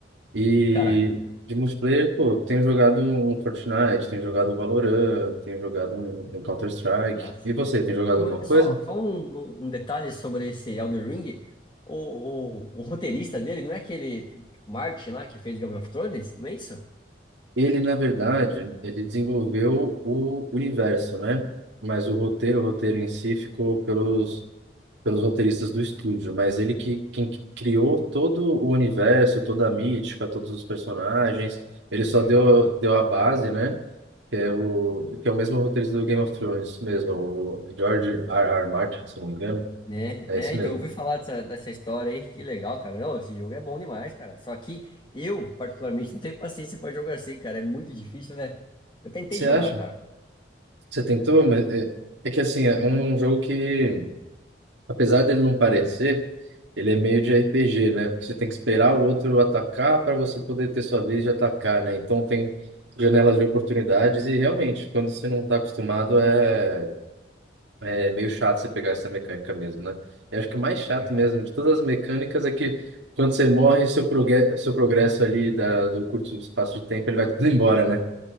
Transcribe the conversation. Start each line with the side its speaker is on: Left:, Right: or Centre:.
Right: E
Left: Cara,
Right: de multiplayer, pô, eu tenho jogado um Fortnite, tenho jogado um Valorant, tenho jogado um, um Counter-Strike.
Left: massa.
Right: E você, tem jogado
Left: Uma-
Right: alguma coisa?
Left: Só, só um, um detalhe sobre esse Elden Ring. O, o, o roteirista dele não é aquele Martin lá que fez Game of Thrones? Não é isso?
Right: Ele, na verdade, ele desenvolveu o universo, né? Mas o roteiro, o roteiro em si ficou pelos pelos roteiristas do estúdio, mas ele que quem que criou todo o universo, toda a mítica, todos os personagens, ele
Left: Que
Right: só
Left: legal,
Right: deu
Left: cara.
Right: deu a base, né? Que é o que é o mesmo roteirista do Game of Thrones mesmo, o George R. R. Martin, se não me engano,
Left: né
Right: é
Left: é,
Right: esse
Left: então,
Right: mesmo.
Left: eu ouvi falar dessa, dessa história aí, que legal, cara. Não, esse jogo é bom demais, cara. Só que eu, particularmente, não tenho paciência pra jogar assim, cara. É muito difícil, né? Eu tentei
Right: Você
Left: jogar,
Right: acha?
Left: cara.
Right: Você tentou, mas é, é que assim, é um jogo que Apesar dele não parecer, ele é meio de RPG, né? Porque você tem que esperar o outro atacar para você poder ter sua vez de atacar, né? Então tem janelas de oportunidades e realmente, quando você não está acostumado, é, é meio chato você pegar essa mecânica mesmo, né? Eu acho que o mais chato
Left: É, cara.
Right: mesmo de todas as mecânicas é que quando você morre, seu, progue- seu progresso ali da, do curto espaço de tempo, ele vai tudo embora, né?